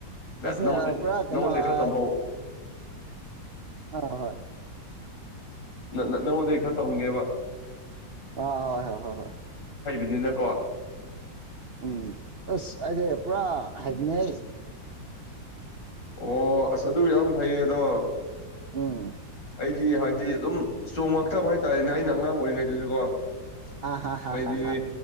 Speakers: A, on the left (about 75°); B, on the right (about 65°).
A: ꯅꯪꯉꯣꯟꯗ
B: ꯆꯠꯁꯤꯅꯦ ꯄꯨꯔꯥ
A: ꯅꯪꯉꯣꯟꯗꯩ
B: ꯀꯩꯅꯣ ꯑꯥ
A: ꯈꯔ ꯇꯝꯍꯧ
B: ꯑꯥ ꯍꯣꯏ
A: ꯅ ꯅꯪꯉꯣꯟꯗꯩ ꯈꯔ ꯇꯝꯒꯦꯕ
B: ꯑ ꯍꯣꯏ ꯍꯣꯏ ꯍꯣꯏ ꯍꯣꯏ
A: ꯌꯨꯅꯀꯣ
B: ꯎꯝ ꯑꯁ ꯑꯩꯗꯤ ꯄꯨꯔꯥ ꯍꯩꯕꯅꯤ ꯍꯩ
A: ꯑꯣ ꯑꯁ ꯑꯗꯨ ꯌꯥꯝ ꯐꯩꯌꯦ ꯑꯗꯣ
B: ꯎꯝ
A: ꯑꯩꯗꯤ ꯍꯥꯏ ꯗꯤ ꯑꯗꯨꯝ ꯆꯣꯉꯛꯇꯕ ꯍꯥꯏꯇꯥꯔꯦꯅꯦ ꯑꯩꯅ ꯑꯉꯥꯡ ꯑꯣꯏꯔꯤꯉꯩꯗꯨꯁꯨꯀꯣ
B: ꯑꯥ ꯍꯥ ꯍꯥ
A: ꯑꯩꯏꯗꯤ
B: ꯍꯥ ꯍꯥ